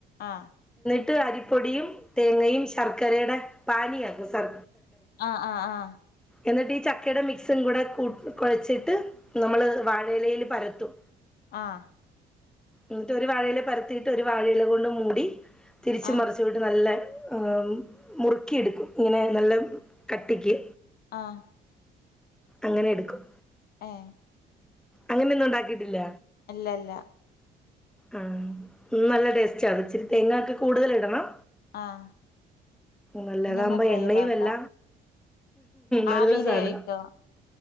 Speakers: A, on the left (about 65°); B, in the centre.
A: ആഹ്
B: ട്ട് അരിപ്പൊടിയും തേങ്ങയും ശർക്കരയുടെ പാനീയാക്കും സർ
A: ആ ആ ആ
B: എന്നിട്ട് ഈ ചക്കയുടെ മിക്സും കൂടെ കൂട്ട കുഴച്ചിട്ട് നമ്മള് വാഴയിലയില് പരത്തും
A: ആഹ്
B: ന്നിട്ട് ഒരു വാഴയില് പരത്തിയിട്ട് ഒരു വാഴൽ കൊണ്ട് മൂടി തിരിച്ച്
A: ആഹ്
B: മറച്ചു വീട്ട് നല്ല ആ മുറുക്കി എടുക്കും ഇങ്ങനെ നല്ല കട്ടിക്ക്
A: ആഹ
B: അങ്ങനെ എടുക്കും
A: ആഹ
B: അങ്ങനെയൊന്നും ഉണ്ടാക്കിട്ടില്ല
A: ഇല്ലല്ല
B: ആ നല്ല ടേസ്റ്റ് ആ ഇച്ചിരി തേങ്ങ ഒക്കെ കൂടുതൽ ഇടണം
A: ആഹ്
B: നല്ലതകുമ്പോ
A: ഇനി ഒന്ന് ട്രൈ
B: എണ്ണയും
A: ചെയ്ത് നോക്കാം
B: അല്ല നല്ല
A: ആവിയില്
B: സാധനം
A: വേവിക്കോ